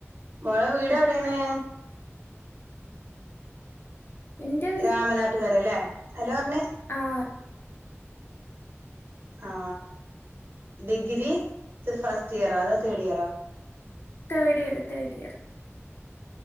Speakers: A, on the right (about 50°); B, on the left (about 50°).
A: മോളെ വീട് എവിടെയാണ്
B: എന്റെ
A: രാമനാട്ടുകര അല്ലേ അതല്ലേ പറഞ്ഞേ
B: ആഹ്
A: ആ ഡിഗ്രി ഇത് ഫസ്റ്റ് ഇയറോ അതോ തേർഡ് ഇയറോ
B: തേർഡ് ഇയർ തേർഡ് ഇയർ